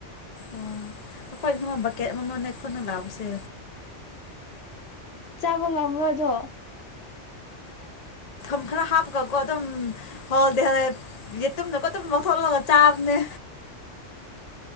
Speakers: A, on the left (about 35°); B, on the left (about 65°).
A: ꯑꯣ ꯑꯩꯈꯣꯏ ꯊ ꯕꯛꯀꯦꯠ ꯑꯃ ꯃꯅꯦ ꯑꯩꯈꯣꯏꯅ ꯂꯥꯛꯕꯁꯦ
B: ꯆꯥꯕ ꯉ ꯔ꯭ꯔꯣꯗꯣ
A: ꯝ ꯈꯔ ꯍꯥꯞꯄꯒ ꯀꯣ ꯑꯗꯨꯝ ꯍꯣꯜꯗꯤꯦ ꯇꯨꯝꯗꯀ ꯇꯨꯝꯗ ꯂꯧꯥꯎ ꯊꯣꯛꯂꯒ ꯆꯥꯕꯅꯦ